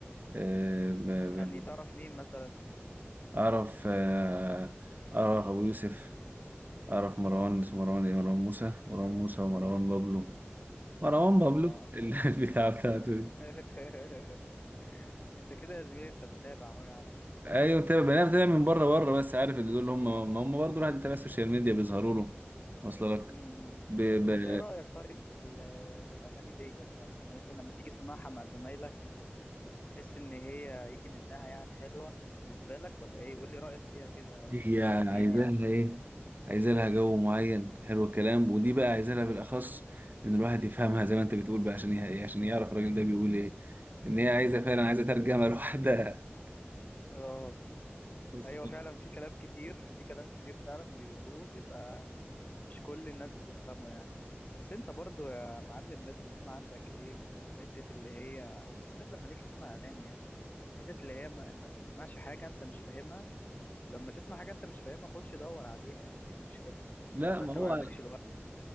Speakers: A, on the right; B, on the left.
A: إيه ب-
B: يعني
A: ب-
B: تعرف مين مثلا
A: اعرف آه، اعرف ابو يوسف اعرف مروان اسمه مروان إيه؟ مروان موسى مروان موسى ومروان بابلو مروان بابلو
B: آه
A: ال- <laughs> البتاع بتاعته دي.
B: <laughs> أنت كده يا زميلي أنت متابع أهو يا عم
A: ايوه متابع انا بتابع من بره بره بس عارف اللي دول هم ما هم برضه الواحد بيتابع السوشيال ميديا بيظهروا له واصل لك
B: مم.
A: ب...
B: طب
A: ب...
B: أنت إيه رأيك طيب في ال- <laughs> في الأغاني ديت يعني يعني مثلا لما تيجي تسمعها مع زمايلك بتحس إن هي يجي منها يعني حلوة بالنسبة لك ولا إيه قول لي رأيك فيها كده
A: هي
B: بالتفصيل
A: عايزاها
B: يعني
A: ايه عايزة لها جو معين حلو الكلام ودي بقى عايزة لها بالاخص ان الواحد يفهمها زي ما انت بتقول بقى عشان ايه عشان يعرف الراجل ده بيقول ايه ان هي عايزه فعلا عايزه ترجمه لوحدها
B: آه
A: <laughs> أصلاً.
B: ايوه فعلا في كلام كتير في كلام كتير فعلا بيقولوه بيبقى مش كل الناس بتفهمه يعني بس انت برضو يا معلم لازم يكون عندك ايه حتة اللي هي وبالذات لما تيجي تسمع اغاني يعني حتة اللي هي ما, ما تسمعش حاجة انت مش فاهمها ولما تسمع حاجة انت مش فاهمها خش دور عليها يعني ايه المشكلة
A: لا
B: ولا
A: ما
B: انت
A: هو
B: ما عندكش الوقت